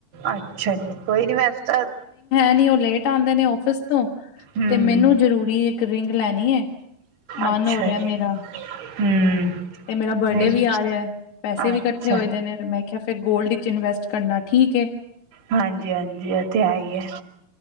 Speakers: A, on the right (about 55°); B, on the left (about 65°).
A: ਅੱਛਾ ਜੀ, ਕੋਈ ਨੀ ਵੈਸ ਤਾਂ
B: ਨਹੀਂ ਉਹ ਲੇਟ ਆਂਦੇ ਨੇ ਆਫਿਸ ਤੋਂ,
A: ਹਮ
B: ਤੇ ਮੈਨੂੰ ਜ਼ਰੂਰੀ ਇੱਕ ਰਿੰਗ ਲੈਣੀ ਏ। ਮਨ
A: ਅੱਛਾ
B: ਹੋ ਰਿਹਾ
A: ਜੀ
B: ਮੇਰਾ।
A: ਹਮ
B: ਤੇ ਮੇਰਾ ਬਡੇ
A: ਨਹੀਂ
B: ਵੀ ਆ ਰਿਹਾ, ਪੈਸੇ ਵੀ
A: ਅੱਛਾ
B: ਇਕੱਠੇ ਹੋਏ ਨੇ, ਮੈਂ ਕਿਹਾ ਫੇਰ ਗੋਲਡ ਚ ਇਨਵੈਸਟ ਕਰਨਾ ਠੀਕ ਹੈ।
A: ਹਾਂਜੀ-ਹਾਂਜੀ ਐ ਤੇ ਹੈਹੀ ਏ,